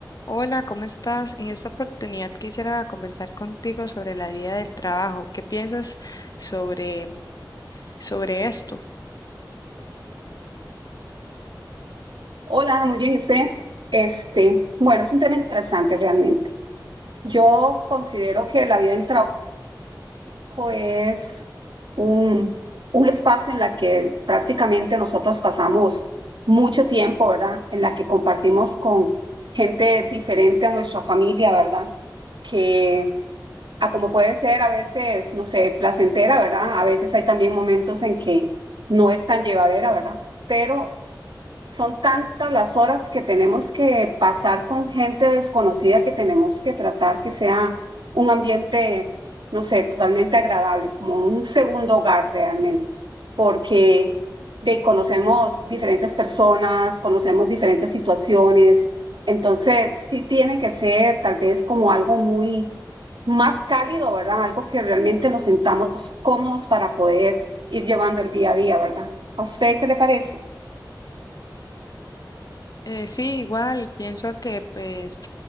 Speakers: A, on the left; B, on the right.
A: Hola, ¿cómo estás? En esta oportunidad quisiera conversar contigo sobre la vida del trabajo. ¿Qué piensas sobre, sobre esto?
B: Hola, muy bien, ¿y usted? Este, bueno, es un tema interesante realmente. Yo considero que la vida del trabajo es un, un espacio en la que prácticamente nosotros pasamos mucho tiempo, ¿verdad? En la que compartimos con gente diferente a nuestra familia, ¿verdad? Que, a como puede ser a veces, no sé, placentera, ¿verdad? A veces hay también momentos en que no es tan llevadera, ¿verdad? Pero son tantas las horas que tenemos que pasar con gente desconocida que tenemos que tratar que sea un ambiente, no sé, totalmente agradable, como un segundo hogar realmente, porque de, conocemos diferentes personas, conocemos diferentes situaciones, entonces sí tiene que ser tal vez como algo muy más cálido, ¿verdad? Algo que realmente nos sentamos cómodos para poder ir llevando el día a día, ¿verdad? ¿A usted qué le parece?
A: Eh, sí, igual, pienso que pues